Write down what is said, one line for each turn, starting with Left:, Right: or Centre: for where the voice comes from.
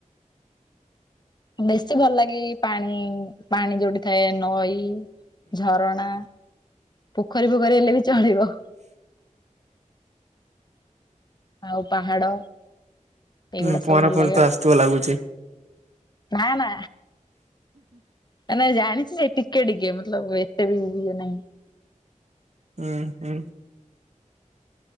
Left: ବେଶୀ ଭଲ ଲାଗେ ପାଣି, ପାଣି ଯୋଉଠି ଥାଏ, ନଈ, ଝରଣା। ପୋଖରୀ ପୋଖରୀ ହେଲେ ବି ଚଳିବ। ଆଉ ପାହାଡ। ଏଇଗୁଡା
Right: ହୁଁ ପହଁରା
Left: ସବୁ ଭଲ
Right: ପହଁରି
Left: ଲାଗେ
Right: ତ
Left: ଆଉ।
Right: ଆସୁଥିବ ଲାଗୁଛି।
Left: ନା ନା। ନା ଜାଣିଛି ଯେ ଟିକେ ଟିକେ ମତଲବ ଏତେ ବି ଇଏ ନାଇଁ।
Right: ଉମ ଉମ।